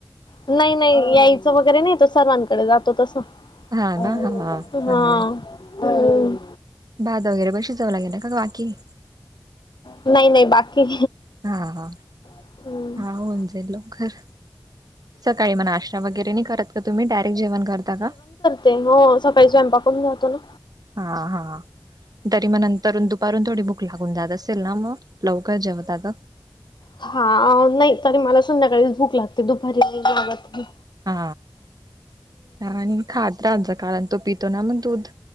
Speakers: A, on the left; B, on the right.
A: नाही नाही यायचं वगैरे नाही तो सर्वांकडे जातो तसं
B: हा
A: हा
B: ना चांगलंय
A: हम्म
B: भात वगैरे बशी जावऊ लागे ना का बाकी
A: नाही नाही बाकी
B: हा हा
A: हम्म
B: हा होउन जाईल लवकर सकाळी मग नाष्टा वगैरे नाही करत का तुम्ही डायरेक्ट जेवण करता का
A: ते हो सकाळी स्वयंपाक करून जातो ना
B: हा हा तरी मग नंतरून दुपारून थोडी भूक लागून जात असे. ते ना मग लवकर जेवतात.
A: हा आ नाही तरी मला संध्याकाळीच भूक लागते दुपारी नाही जेवत मी.
B: हा आणि खात राहा जा कारण तो पितो ना मग दूध